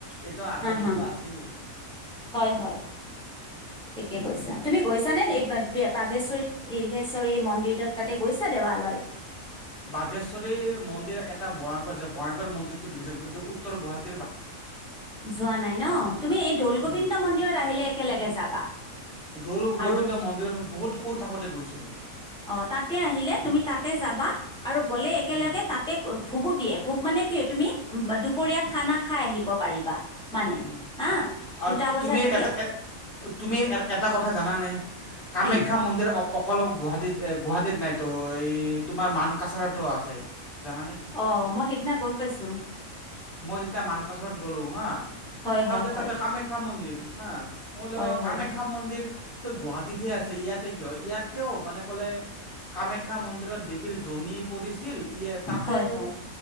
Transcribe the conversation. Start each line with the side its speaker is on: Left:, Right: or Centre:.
Left: এইটো আধা
Centre: হা
Left: বস্তু
Centre: হা
Left: আছেয়ে
Centre: হয় হয় ঠিকে কৈছা তুমি গৈছা নে এই বাঘেশ্বৰী দীৰ্ঘেশ্বৰী মন্দিৰটোত তাতে গৈছা দেৱালয়ত এক
Left: বাঘেশ্বৰী মন্দিৰ এটা ভয়ংকৰ আছে ভয়ংকৰ মন্দিৰতো দেখিছে কিন্তু উত্তৰ গুৱাহাটী
Centre: যোৱা নাই ন তুমি এই দৌল গোবিন্দ
Left: উম।
Centre: মন্দিৰত আহিলে একেলগে যাবা
Left: দৌলু
Centre: আৰু
Left: গোবিন্দ মন্দিৰত বহুত সুৰ থাকোতে গৈছিলো মই
Centre: অ তাতে আহিলে তুমি তাতে যাবা আৰু গলে একেলগে
Left: উম
Centre: তাতে ভুগু দিয়ে ভোক মানে কি হয়, তুমি দুপৰীয়া খানা খাই আহিব পাৰিবা মানে
Left: উম
Centre: হা।
Left: আৰু
Centre: দুটা বজাত
Left: তুমি
Centre: দিয়ে
Left: এটা এ তুমি এটা কথা জানানে কামাখ্যা
Centre: কি
Left: মন্দিৰ অকল গুৱাহাটীত, গুৱাহাটীত নাইতো এই তোমাৰ মান কাছাৰতো আছে। জানানে?
Centre: অ, মই সেইদিনা গম পাইছো।
Left: মই, যেতিয়া মানকাচৰত গ'লোঁ হা
Centre: হয়
Left: চাও
Centre: হয়
Left: যে
Centre: হয়
Left: তাতে কামাখ্যা মন্দিৰ হা, হলো
Centre: হয় হয়
Left: কামাখ্যা
Centre: হয়
Left: মন্দিৰ ত, গুৱাহাটীতহে আছে ইয়াতে কিয়? ইয়াতেও মানে ক'লে কামাখ্যা মন্দিৰত দেৱীৰ জনী পৰিছিল। শিল তাতে,
Centre: হয় হয়